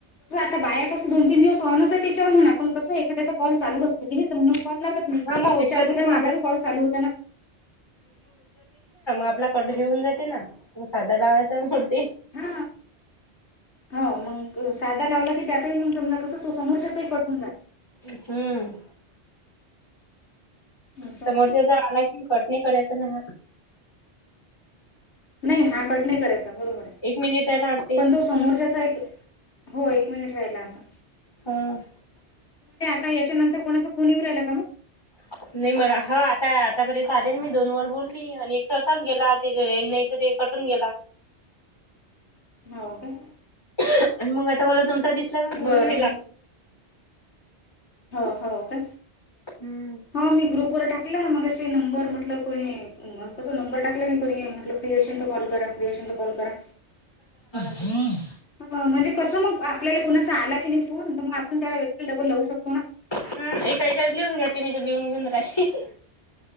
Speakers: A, on the left (about 75°); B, on the left (about 20°).
A: आता बाया कसं दोन तीन दिवस ऑन आहे त्याच्यावरण आपण कस एखाद्याचा कलू असतकि नाही म्हणून. कॉल लागत नाही.
B: हा मग
A: त्याच्या
B: उचलत
A: अगोदर
B: नाही म
A: मला बी कॉल चालू होता ना
B: आपला <unintelligible> <unintelligible> म साधा लावायचा <unintelligible>
A: हा हो मग सा.. लावला की त्यातही मग समजा कसं तो समोरचाही कट होऊन जातो.
B: हम्म.
A: असं
B: समोरच्याचा
A: आहे ते.
B: आला कि कट नाही करायचा ना हा..
A: नाही हा कट नाही करायचा बरोबर आहे
B: एक मिनिट आहे ना वाटते
A: पण तो समोरच्याचा एक.. हो एक मिनिट राहिला आता.
B: हम.
A: का याच्या नंतर कोणाचा फोन येऊ राहिला का मग..
B: <inaudible> नाही मला हो आता आतापर्यंत आले मी दोन वर बोलली आणि एक तसाच गेला तिथ रेंज नाही तर ते.. कटून गेला.
A: हाव काय.
B: आणि मग आता मला तुमचा दिसला म्हणून
A: बरं
B: मी लागल.
A: हो हो का
B: हम्म
A: हो मी ग्रुप वर टाक.. टाकला मगशी नंबर म्हटल कोणी कस नंबर टाकला मी कोणी म्हटलं.. फ्रिअसलत कॉल करा, पफ्रिअसलत कॉल करा.
B: रिकामा ऑडिओ
A: हा, म्हणजे कसं मग आपल्याला कोुणाचा आला की नाही फोन तर मग आपण त्या व्यक्तीला डबल लावू शकतो ना.
B: हम्म एकायच्यावर लिहून घ्यायचे मी तर लिहून घेऊन राहिली.